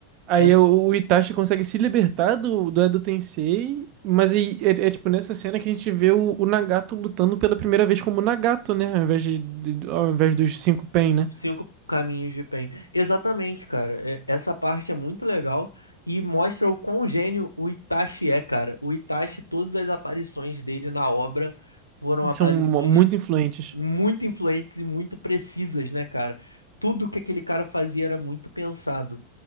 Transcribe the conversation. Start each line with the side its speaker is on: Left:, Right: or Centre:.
Right: Aí
Left: É
Right: é o, o Itachi consegue se libertar do, do Edo Tensei, mas aí, é, é tipo nessa cena que a gente vê o, o Nagato lutando pela primeira vez como Nagato, né? Ao invés, de, de- ao invés dos cinco Pen, né?
Left: Cinco caminhos de bem. Exatamente, cara. É- essa parte é muito legal e mostra o quão gênio o Itachi é, cara. O Itachi, todas as aparições dele na obra foram aparições
Right: São mu- muito influentes.
Left: muito influentes e muito precisas, né, cara? Tudo que aquele cara fazia era muito pensado.